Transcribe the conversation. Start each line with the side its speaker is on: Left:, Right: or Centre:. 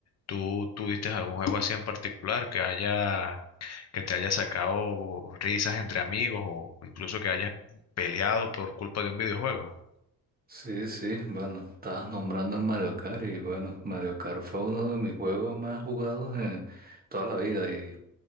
Left: ¿Tú tuviste algún juego así en particular que haya, que te haya sacado risas entre amigos o incluso que hayas peleado por culpa de un videojuego?
Right: Sí, sí, bueno, estabas nombrando el Mario Kart y bueno, Mario Kart fue uno de mis juegos más jugados en toda la vida y